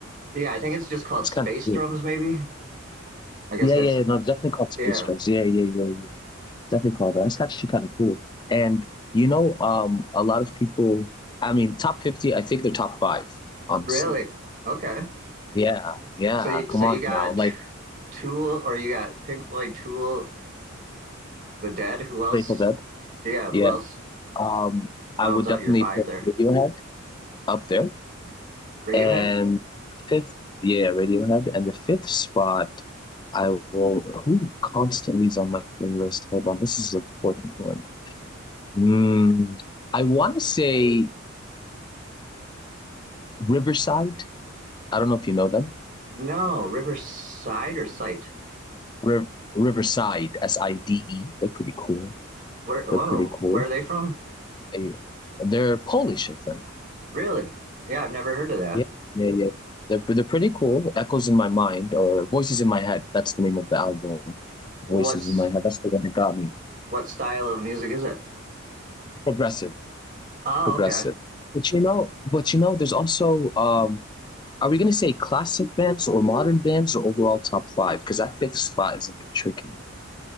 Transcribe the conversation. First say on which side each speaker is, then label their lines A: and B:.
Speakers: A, on the right; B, on the left.
A: Yeah, I think it's just called
B: That's
A: Space
B: kind of cool.
A: Drums, maybe. I guess
B: Yeah,
A: that's
B: yeah, yeah, no, definitely called Space
A: yeah.
B: Jams. Yeah, yeah, yeah, yeah. Definitely called that. That's actually kind of cool. And you know, um, a lot of people, I mean, top 50, I think they're top five, honestly.
A: Really? Okay.
B: Yeah, yeah.
A: So you, so
B: Come
A: you
B: on
A: got
B: now. Like
A: Tool, or you got Pink Floyd, Tool, The Dead. Who else?
B: Grateful Dead.
A: Yeah, who
B: Yeah.
A: else
B: Um,
A: rounds
B: I would definitely
A: out your five
B: put
A: there?
B: Radiohead up there.
A: Radiohead?
B: And fifth, yeah, Radiohead. And the fifth spot, I will. Who constantly is on my playlist? Hold on, this is an important one. Mm, I want to say Riverside. I don't know if you know them.
A: No, Riverside or Sight.
B: Riv Riverside, S I D E. They're pretty cool.
A: Where, whoa,
B: They're pretty cool.
A: where are they from?
B: They, they're Polish, I think.
A: Really? Yeah, I've never heard of that.
B: Yeah, yeah, yeah. They're they're pretty cool. Echoes in My Mind or Voices in My Head. That's the name of the album.
A: What's
B: Voices in My Head. That's the one that got me.
A: what style of music is it?
B: Progressive.
A: Oh,
B: progressive.
A: okay.
B: But you know, but you know, there's also um, are we gonna say classic bands or modern bands or overall top five? Because that fifth spot is a bit tricky.